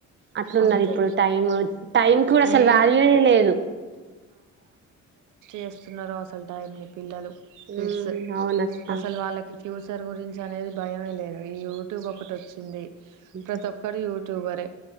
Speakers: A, on the right; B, on the right.
A: అట్లున్నరు
B: అంతే
A: ఇప్పుడు టైము టైం కూడా అసలు
B: మెయిన్
A: వాల్యూ ఏ లేదు
B: చేస్తున్నరో అసలు టైంని పిల్లలు ఫిడ్స్
A: ఉమ్ అవునక్క
B: అసలు వాళ్ళకి ఫ్యూ సర్ గురించి అనేది భయమే లేదు ఈ యూట్యూబ్ ఒకటి ఒచ్చింది
A: అంతే
B: ప్రతి ఒక్కరు యూట్యూబరే